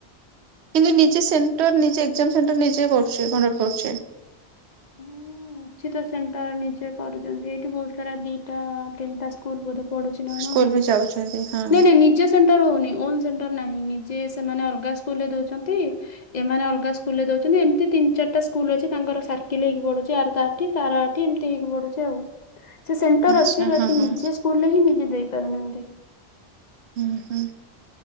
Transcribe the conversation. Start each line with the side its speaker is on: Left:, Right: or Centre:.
Right: କିନ୍ତୁ ନିଜେ ସେଣ୍ଟର ନିଜେ ଏକ୍ଜାମ ସେଣ୍ଟର ନିଜେ କରୁଛି କଣ୍ଡକ୍ଟ କରୁଚି।
Left: ହଁ କିଛି ତ ସେଣ୍ଟର ନିଜେ କରୁଛନ୍ତି ଏଇଠି ବହୁତ ସାରା ଦିଟା ତିନିଟା ବୋଧେ ପଢୁଛି ନା କଣ
Right: ସ୍କୁଲ
Left: ଆଉ
Right: ବି ଯାଉଛନ୍ତି ହଁ
Left: ନାଇଁ ନାଇଁ ନିଜ ସେଣ୍ଟର ହଉନି ଓନ୍ ସେଣ୍ଟର ନାହିଁ ନିଜେ ସେମାନେ ଅଲଗା ସ୍କୁଲ ରେ ଦଉଛନ୍ତି ଏମାନେ ଅଲଗା ସ୍କୁଲରେ ଦଉଛନ୍ତି ଏମିତି ତିନ୍ ଚାରିଟା ସ୍କୁଲ ଅଛି ତାଙ୍କର ସା ବିକିଲେଇକି ପଡୁଛି ଆର ତାଠି ତା'ର ଆଠି ଏମିତି ହେଇକି ପଡୁଛି ଆଉ। ସେ ସେଣ୍ଟର
Right: ଆଚ୍ଛା
Left: ଅଛି ବାକି
Right: ହଁ ହଁ
Left: ନିଜେ ସ୍କୁଲରେ ହିଁ ନିଜେ ଦେଇ ପାରୁନାହାନ୍ତି।
Right: ହୁଁ ହୁଁ